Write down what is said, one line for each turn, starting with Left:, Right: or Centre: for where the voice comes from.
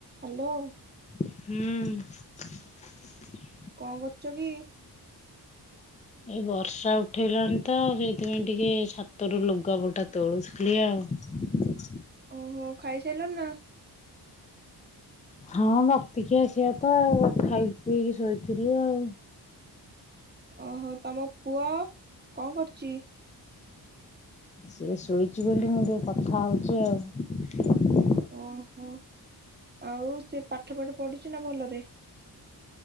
Right: Hello.
Left: ହୁଁ।
Right: କଣ କରୁଛ କି?
Left: ଏଇ ବର୍ଷା ଉଠେଇଲାଣି ତ ସେଇଥିପାଇଁ ଟିକେ ଛାତରୁ ଲୁଗାପଟା ତୋଳୁଥିଲି ଆଉ।
Right: ଓ ହୋ ଖାଇସାରିଲଣି ନା।
Left: ହଁ ବତିକି ଆସିବା ତ ଖାଇ ପିଇକି ଶୋଇଥିଲୁ ଆଉ।
Right: ଓ ହୋ ତମ ପୁଅ କଣ କରୁଛି?
Left: ସିଏ ଶୋଇଛି ବୋଲି ମୁଁ ଟିକେ କଥା ହଉଛି ଆଉ।
Right: ଓ ହୋ ଆଉ ସିଏ ପାଠ ଫାଠ ପଢୁଛି ନା ଭଲରେ।